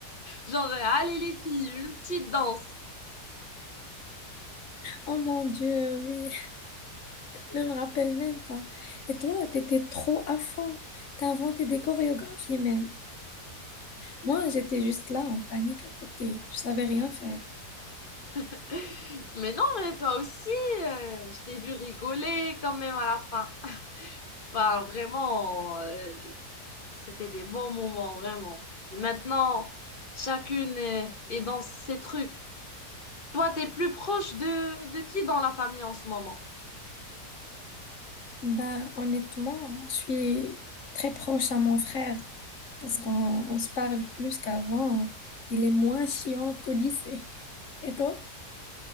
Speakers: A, on the left; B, on the left.
A: Genre, euh, allez les filles, une petite danse.
B: Oh mon Dieu, oui. Je me rappelle même pas. Et toi, t'étais trop à fond. T'as inventé des chorégraphies même. Moi, j'étais juste là en panique à côté. Je savais rien faire.
A: <laughs> Mais non, mais toi aussi, euh, je t'ai vu rigoler quand même à la fin. Bah, vraiment, euh, c'était des bons moments, vraiment. Et maintenant, chacune est, est dans ses trucs. Toi, t'es plus proche de, de qui dans la famille en ce moment?
B: Bah, honnêtement, je suis très proche à mon frère parce qu'on on se parle plus qu'avant. Il est moins chiant qu'au lycée. <laughs> Et toi?